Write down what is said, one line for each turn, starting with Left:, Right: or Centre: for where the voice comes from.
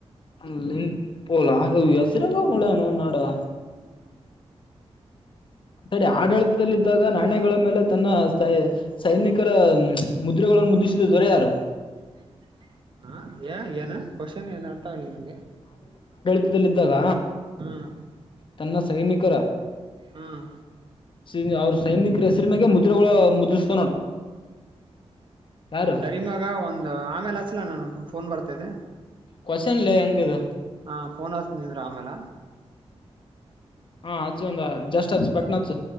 Left: ಅಲ್ಲಿನ್ ಪೊಲಾ ಹೆಸರಿಂಗ ಒಳ್ಳೆನೋಡ್ ನಾಡಾ.
Right: ಹ್ಮ್
Left: ತಡೆ ಆಡಳಿತದಲ್ಲಿದ್ದಾಗ ನಾಣ್ಯಗಳ ಮೇಲೆ ತನ್ನ ಸೈ ಸೈನಿಕರ ಮುದ್ರೆಗಳ್ ಮುದ್ದಿಸಿದ ದೊರೆ ಯಾರು.
Right: <unintelligible> ಏಳ ಏನ ಕ್ವಶನ್ ಏನ್ ಅರ್ಥ ಆಗ್ಲಿಲ್ಲ ನಂಗೆ.
Left: ದಲ್ಲಿದಾಗ
Right: ಹ್ಮ್
Left: ತನ್ನ ಸೈನಿಕರ.
Right: ಹ್ಮ್
Left: ಸಿನ್ಯ ಅವ್ರ್ ಸೈನಿಕ್ರ ಹೆಸ್ರಿನಗೆ ಮುದ್ರೆಗಳು ಮುದ್ರಿಸಿದ್
Right: ಹ್ಮ
Left: ಯಾರು
Right: ಸರಿ ಮಗ ಒಂದ್ ಆಮೇಲೆ ಹಚ್ಲ ನಾನ ಫೋನ್ ಬರ್ತ್ ತದೆ
Left: ಕ್ವಶನ್ ಲೇ ಹೆಂಗಿದು
Right: ಹ ಫೋನ್ ಹಚ್ಚತಿನಿಂದ್ರು ಆಮೇಲ.
Left: ಹಾ ಹಚ್ಚು ಒಂದ್ ಜಸ್ಟ್ ಹಚ್ ಪಟ್ನಾ ಹಚ್ಚು.